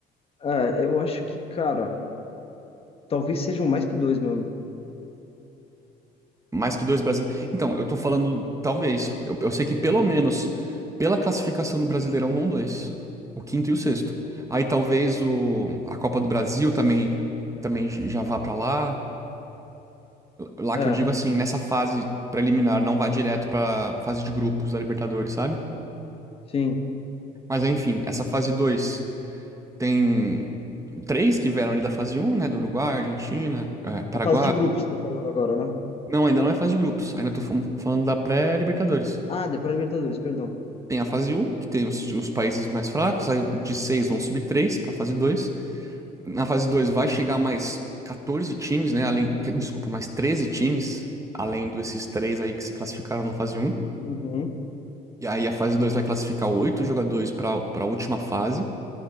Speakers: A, on the left (about 35°); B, on the right (about 20°).
A: É, eu acho que, cara, talvez sejam mais que dois, mano.
B: Mais que dois brasileiros. Então, eu tô falando, talvez. Eu, eu sei que pelo menos pela classificação do Brasileirão vão dois. O quinto e o sexto. Aí talvez o, a Copa do Brasil também, também já vá pra lá. Lá
A: É,
B: que eu digo assim, nessa fase preliminar, não vai direto pra fase de grupos da Libertadores, sabe?
A: sim.
B: Mas enfim, essa fase 2 tem três que vieram ali da fase um né? Do Uruguai, Argentina, eh, Paraguai.
A: A fase de grupos, tá falando agora, né?
B: Não, ainda não é fase de grupos. Ainda tô fam- falando da pré-Libertadores.
A: Ah, de para Libertadores, perdão.
B: Tem a fase um que tem os, os países mais fracos, aí de 6 vão subir 3 para fase dois Na fase 2 vai chegar mais 14 times, né? Além, que- desculpa, mais 13 times, além desses três aí que se classificaram na fase um
A: Uhum.
B: E aí a fase 2 vai classificar oito jogadores para para a última fase,